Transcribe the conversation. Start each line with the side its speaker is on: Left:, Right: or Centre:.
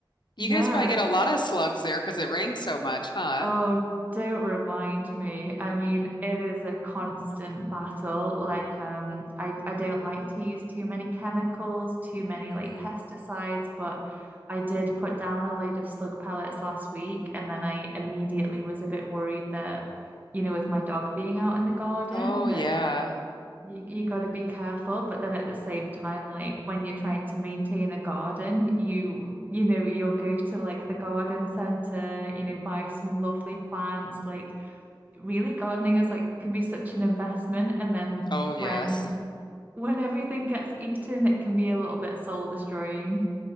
Left: you
Right: yeah.
Left: guys probably get a lot of slugs there because it rains so much, huh?
Right: Oh, don't remind me. I mean, it is a constant battle. Like, um, I I don't like to use too many chemicals, too many
Left: hmm
Right: like pesticides, but I did put down a load of slug pellets last week, and then I immediately was a bit worried that, you know, with my dog being out in the garden,
Left: Oh,
Right: that
Left: yeah.
Right: you you got to be careful, but then at the same time, like when you're trying to maintain a garden, you you know you'll go to like the garden center, you know, buy some lovely plants. Like really, gardening is like can be such an investment, and then
Left: Oh,
Right: when
Left: yes.
Right: when everything gets eaten, it can be a little bit soul destroying.